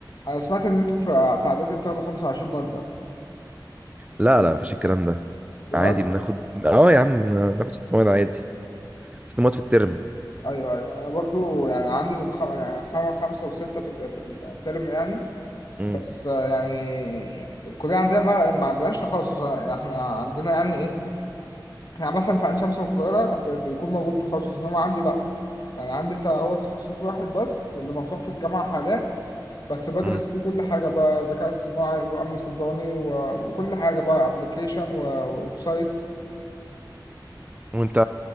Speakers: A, on the left; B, on the right.
A: انا سمعت ان انتوا في في اعدادي بتاخدوا 25 ماده
B: لا لا مفيش الكلام ده
A: بجد
B: عادي بناخد اه يا عم بناخد ست مواد عادي ست مواد في الترم
A: ايوه ايوه انا برضو يعني عندي من خم... يعني خم... خمسه وسته في في الترم يعني
B: امم
A: بس آه، يعني الكليه عندنا ما, ما عندناش تخصص يعني احنا عندنا يعني ايه يعني مثلا في عين شمس والقاهرة ب- بيكون موجود تخصص إنما عندي لأ يعني عندي أنت هو تخصص واحد بس اللي مفتوح في الجامعة حاليا بس بدرس
B: امم
A: فيه كل حاجة بقى ذكاء اصطناعي وأمن سيبراني و- وكل حاجة بقى أبلكيشن وويب سايت
B: وانت